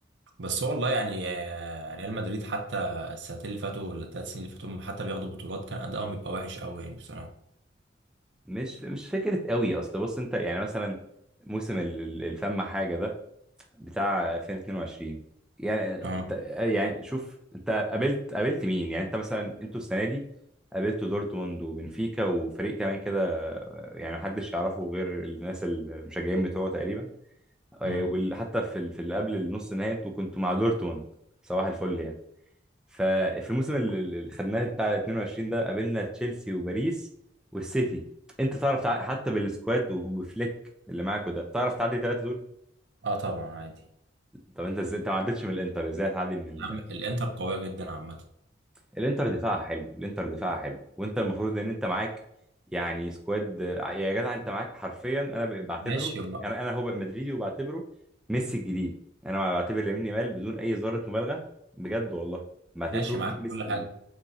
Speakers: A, on the right; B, in the centre.
A: بس هو والله يعني آه، ريال مدريد حتى السنتين اللي فاتوا ولا الثلاث سنين اللي فاتوا هم حتى بياخدوا بطولات كان ادائهم بيبقى وحش قوي يعني بصراحه
B: مش مش فكره قوي اصل بص انت يعني مثلا موسم ال- ال- الفم حاجه ده بتاع 2022 يعني
A: اه
B: انت يعني شوف انت قابلت قابلت مين يعني انت مثلا انتوا السنه دي قابلتوا دورتموند وبنفيكا وفريق كمان كده يعني محدش يعرفه غير الناس المشجعين بتوعه تقريبا اه،
A: امم
B: وحتى في ال- في اللي قبل النص النهائي انتوا كنتوا مع دورتموند صباح الفل يعني ففي الموسم اللي اللي خدناه بتاع 22 ده قابلنا تشيلسي وباريس والسيتي انت تعرف تع... حتى بالسكواد وبفليك اللي معاك وده تعرف تعدي ثلاثة دول؟
A: اه طبعا عادي
B: طب انت ازاي انت ما عدتش من الانتر ازاي هتعدي من ال...
A: يا عم الانتر قويه جدا عامه
B: الانتر دفاعها حلو الانتر دفاعها حلو وانت المفروض ان انت معاك يعني سكواد يا جدع انت معاك حرفيا انا ب- بعتبره
A: ماشي يبقى
B: انا انا هو بقى مدريدي وبعتبره ميسي الجديد انا بعتبر لامين يامال بدون اي ذره مبالغه بجد والله بعتبره
A: ماشي معاك
B: ميسي
A: في كل
B: الجديد
A: حاجه